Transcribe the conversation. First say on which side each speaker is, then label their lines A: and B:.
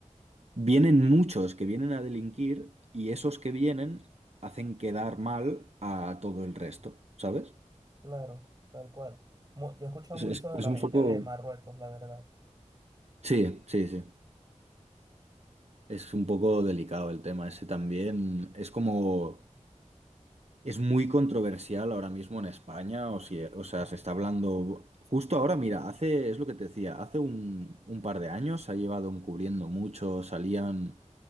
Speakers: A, on the right; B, on the right.
A: vienen muchos que vienen a delinquir y esos que vienen hacen quedar mal a todo el resto, ¿sabes?
B: claro, tal cual. Mu- Yo he escuchado
A: Es,
B: mucho
A: es-
B: de
A: es
B: la
A: un
B: gente
A: poco...
B: de Marruecos, la verdad,
A: Sí, sí, sí. Es un poco delicado el tema ese también. Es como... Es muy controversial ahora mismo en España, o, si- o sea, se está hablando justo ahora, mira, hace, es lo que te decía, hace un, un par de años se ha llevado encubriendo mucho, salían,